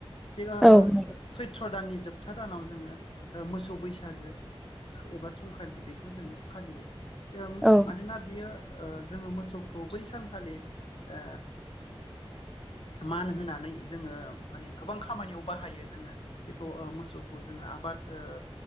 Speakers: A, on the left; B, in the centre.
A: <unintelligible>
B: औ नंगौ
A: सैत्र दाननि जोबथा दानाव जोङो मोसौ बैसागो एबा संक्रान्ति बेखौ जोङो फालियो।
B: औ
A: मानोना बियो ओ जोङो मोसौखौ बै सानखालिओ मान होना नै जोङो माने गोबां खामानिआव बाहायो जोङो बेखौ ओ मोसौखौ जोङो आबाद ओ